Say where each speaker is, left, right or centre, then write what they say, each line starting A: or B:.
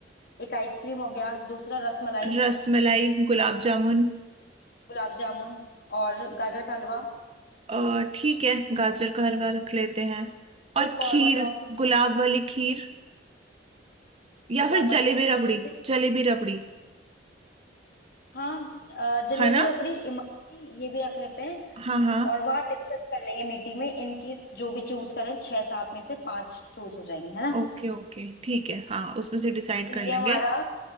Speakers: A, on the left (about 60°); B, on the right (about 35°).
A: एक आइसक्रीम हो गया दूसरा रसमलाई
B: रस मलाई गुलाब जामुन
A: गुलाब जामुन और गाजर का हलवा
B: अ, ठीक है गाजर का हलवा रख लेते हैं और
A: एक और
B: खीर
A: बताओ कुछ
B: गुलाब वाली खीर या
A: गुलाब
B: फिर
A: वाली
B: जलेबी
A: खीर
B: रबड़ी
A: जैसे
B: जलेबी रबड़ी
A: हाँ अ, जलेबी
B: है ना
A: रबड़ी इमरती ये भी रख लेते हैं
B: हाँ हाँ
A: और वहां डिस्कस कर लेंगे मीटिंग में इनकी जो भी चूज करें छह सात में से पांच चूज हो जाएंगे है ना
B: ओके ओके ठीक है हाँ उसमें से डिसाइड
A: तो
B: कर लेंगे
A: ये हमारा